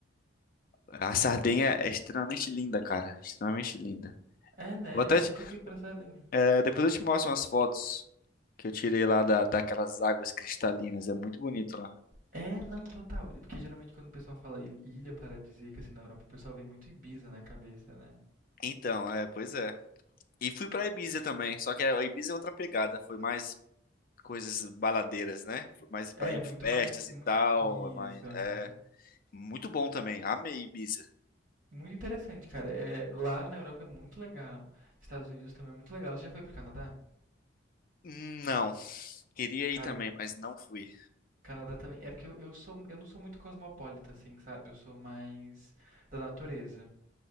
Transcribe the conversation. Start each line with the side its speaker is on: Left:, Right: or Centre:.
Left: a Sardenha é extremamente linda, cara, extremamente linda.
Right: É, né?
Left: Vou até
Right: Eu
Left: te-
Right: nunca fui pra Sardenha.
Left: é, depois eu te mostro umas fotos que eu tirei lá da, daquelas águas cristalinas, é muito bonito lá.
Right: É, não, total. Porque geralmente quando o pessoal fala il- ilha paradisíaca assim na Europa, o pessoal vem muito Ibiza na cabeça, né?
Left: Então, é, pois é. E fui pra Ibiza também, só que a Ibiza é outra pegada, foi mais coisas baladeiras, né? Foi mais pra
Right: É,
Left: ir
Right: muito
Left: em festas
Right: mais. mu-
Left: e tal,
Right: Isso,
Left: é mais,
Right: aham.
Left: é muito bom também. Amei Ibiza.
Right: Muito interessante, cara. É, lá na Europa é muito legal. Estados Unidos também é muito legal. Você já foi pro Canadá?
Left: Não. Queria
Right: Cara,
Left: ir também, mas não fui.
Right: Canadá também. É porque eu, eu sou, eu não sou muito cosmopolita, assim, sabe? Eu sou mais da natureza.